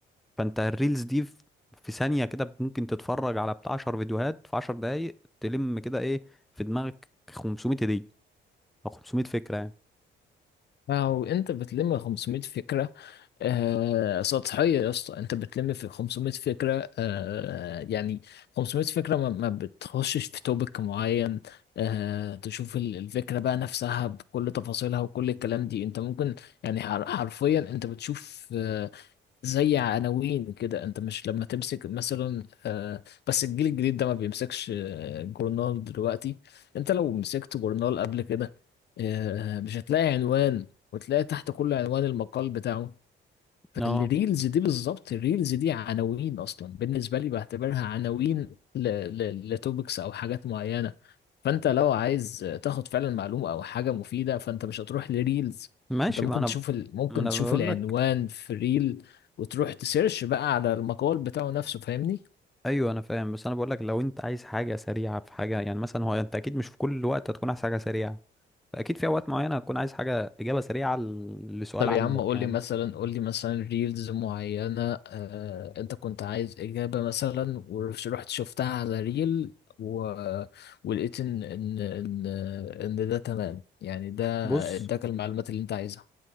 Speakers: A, in the centre; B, on the left.
A: فانت الريلز دي في في ثانية كده ممكن تتفرج على بتاع 10 فيديوهات في 10 دقايق تلم كده ايه في دماغك 500 هدية او 500 فكرة يعني
B: فهو انت بتلم 500 فكره آه سطحيه يا اسطى انت بتلم في 500 فكره آه يعني 500 فكره ما, ما بتخشش في توبك معين آه تشوف ال- الفكره بقى نفسها بكل تفاصيلها وكل الكلام دي انت ممكن يعني حر- حرفيا انت بتشوف آه، زي عناوين كده انت مش لما تمسك مثلا آه، بس الجيل الجديد ده ما بيمسكش آه، جورنال دلوقتي انت لو مسكت جورنال قبل كده آه، مش هتلاقي عنوان وتلاقي تحت كل عنوان المقال بتاعه فالريلز
A: اه
B: دي بالظبط الريلز دي عناوين اصلا بالنسبه لي بعتبرها عناوين ل... ل... لتوبكس او حاجات معينه فانت لو عايز تاخد فعلا معلومه او حاجه مفيده فانت مش هتروح لريلز
A: ماشي
B: انت ممكن
A: ما انا
B: تشوف ال... ممكن
A: ما انا
B: تشوف
A: بقول
B: العنوان
A: لك
B: في ريل وتروح تسيرش بقى على المقال بتاعه نفسه فاهمني
A: ايوه انا فاهم بس انا بقول لك لو انت عايز حاجه سريعه في حاجه يعني مثلا هو انت اكيد مش في كل وقت هتكون عايز حاجه سريعه اكيد في اوقات معينه هتكون عايز حاجه اجابه سريعه ل- لسؤال
B: طب
A: عندك
B: يا عم قول
A: يعني
B: لي مثلا قول لي مثلا ريلز معينة آه، انت كنت عايز إجابة مثلا ورحت شفتها على ريل و... ولقيت ان ان ان ان ده تمام يعني ده
A: بص
B: اداك المعلومات اللي انت عايزها